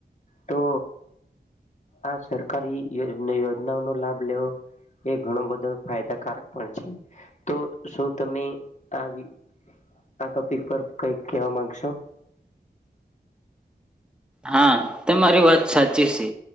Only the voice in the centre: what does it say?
હા તમા મારી વાત સાચી છે